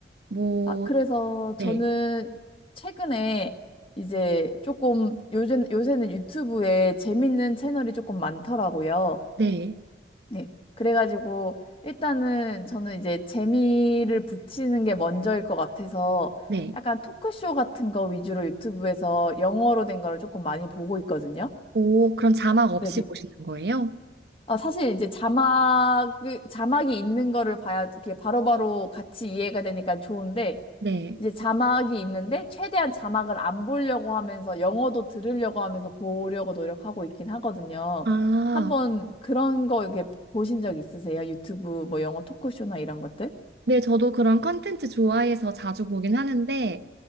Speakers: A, on the right (about 65°); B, on the left (about 30°).
A: 뭐,
B: 아, 그래서
A: 네,
B: 저는 최근에 이제 조금 요즘, 요새는 유튜브에 재밌는 채널이 조금 많더라고요.
A: 네,
B: 네. 그래가지고 일단은 저는 이제 재미를 붙이는 게 먼저일 것 같아서
A: 네.
B: 약간 토크쇼 같은 거 위주로 유튜브에서 영어로 된 거를 조금 많이 보고 있거든요.
A: 오, 그럼 자막 없이
B: 네네.
A: 보시는 거예요?
B: 아, 사실 이제 자막, 자막이 있는 거를 봐야 이렇게 바로바로 같이 이해가 되니까 좋은데,
A: 네.
B: 이제 자막이 있는데, 최대한 자막을 안 보려고 하면서, 영어도 들으려고 하면서 보려고 노력하고 있긴 하거든요.
A: 아,
B: 한번 그런 거 이렇게 보신 적 있으세요? 유튜브 뭐 영어 토크쇼나 이런 것들?
A: 네, 저도 그런 컨텐츠 좋아해서 자주 보긴 하는데,